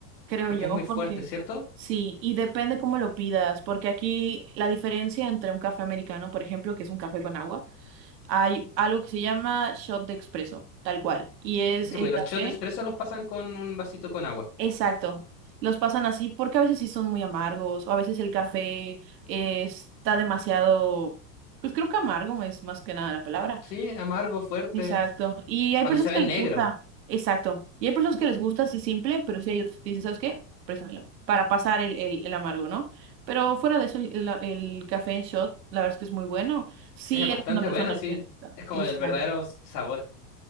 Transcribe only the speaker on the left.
porque
es muy fuerte,
¿cierto?
Sí,
pues los
shots expresos los pasan con un vasito con agua.
Sí, amargo, fuerte,
cuando
se ve
negro,
es bastante
bueno, sí,
es como
el verdadero sabor,